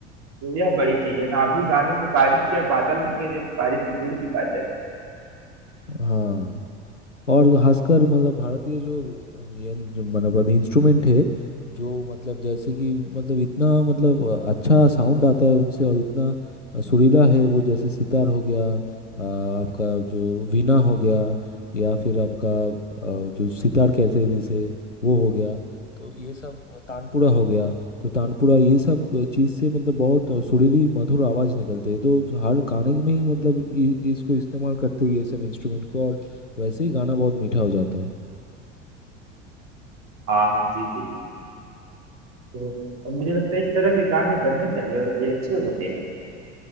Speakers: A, on the right; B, on the left.
A: तो यह बड़ी चीज है ना अभी गाने से बारिश के बादल न घेरे बारिश तो दूर की बात है
B: हाँ और खासकर मतलब भारतीय जो ये जो मतलब इंस्ट्रूमेंट है जो मतलब जैसे कि मतलब इतना मतलब अच्छा साउंड आता है उनसे और इतना सुरीला है वो जैसे सितार हो गया अ, आपका जो वीणा हो गया या फिर आपका अ, जो सितार कहते हैं जैसे वो हो गया तो ये सब तानपुरा हो गया तो तानपुरा ये सब चीज़ से मतलब बहुत सुरीली मधुर आवाज़ निकलते हैं तो हर गाने में ही मतलब इ, इसको इस्तेमाल करते हैं ये सब इंस्ट्रूमेंट को और वैसे ही गाना बहुत मीठा हो जाता है
A: हाँ हाँ जी जी जी तो अब मुझे लगता है इस तरह के गाने बनने चाहिए और ये अच्छे होते हैं